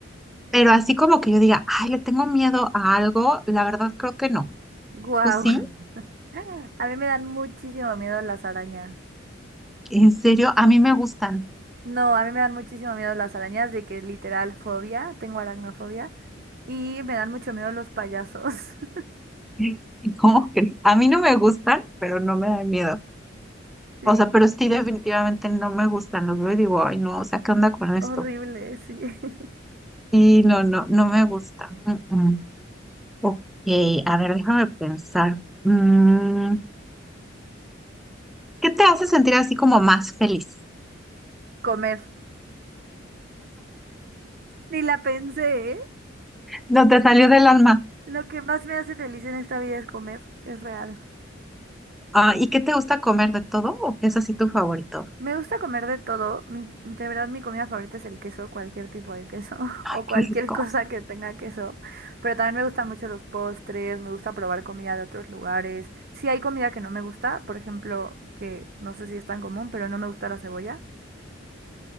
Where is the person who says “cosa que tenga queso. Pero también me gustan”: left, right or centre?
Right